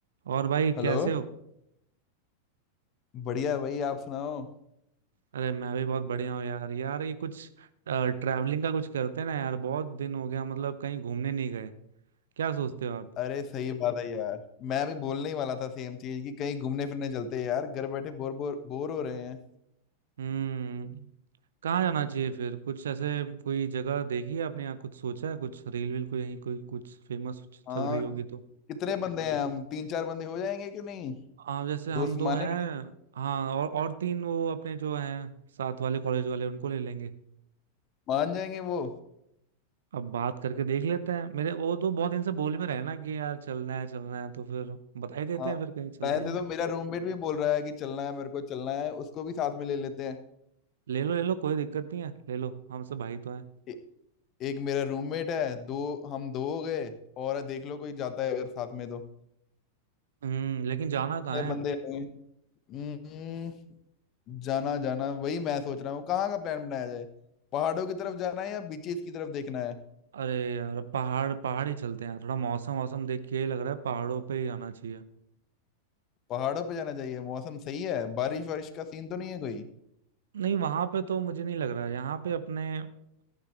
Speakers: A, on the right (about 65°); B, on the left (about 35°).
A: और भाई
B: Hello
A: कैसे हो
B: बढ़िया है भाई आप सुनाओ
A: अरे मैं भी बहुत बढ़िया हूँ यार यार ये कुछ ट्रैवलिंग का कुछ करते हैं ना यार बहुत दिन हो गया मतलब कहीं घूमने नहीं गए क्या सोचते हो आप
B: अरे सही बात है यार मैं भी बोलने ही वाला था सेम चीज कि कहीं घूमने फिरने चलते हैं यार घर बैठे बोर बोर बोर हो रहे हैं
A: हम्म कहाँ जाना चाहिए फिर कुछ ऐसे कोई जगह देखी है आपने या कुछ सोचा है कुछ रील वील को यहीं कोई कुछ फेमस
B: हाँ
A: चल रही होगी तो
B: कितने बंदे हैं हम तीन चार बंदे हो जाएंगे कि नहीं
A: हाँ जैसे हम
B: दोस्त
A: दो
B: माने
A: हैं हाँ और और तीन वो अपने जो हैं साथ वाले कॉलेज वाले उनको ले लेंगे
B: मान जाएंगे वो
A: अब बात करके देख लेते हैं मेरे वो तो बहुत दिन से बोल में रहे ना कि यार चलना है चलना है तो फिर बता ही देते
B: हाँ
A: हैं फिर कहीं चलते
B: वैसे
A: ही हैं
B: तो मेरा रूममेट भी बोल रहा है कि चलना है मेरे को चलना है उसको भी साथ में ले लेते हैं
A: ले लो ले लो कोई दिक्कत नहीं है ले लो हमसे भाई तो हैं
B: ए, एक मेरा रूममेट है दो हम दो हो गए और देख लो कोई जाता है अगर साथ में तो
A: हम्म लेकिन जाना कहाँ
B: कितने
A: है
B: बंदे हैं हम्म, जाना जाना वही मैं सोच रहा हूँ कहाँ का प्लान बनाया जाए पहाड़ों की तरफ जाना है या बीचेस की तरफ देखना है
A: अरे यार पहाड़ पहाड़ ही चलते हैं थोड़ा मौसम मौसम देख के लग रहा है पहाड़ों पे ही जाना चाहिए
B: पहाड़ों पे जाना चाहिए मौसम सही है बारिश वारिश का सीन तो नहीं है कोई
A: नहीं वहां पे तो मुझे नहीं लग रहा है यहाँ पे अपने अ,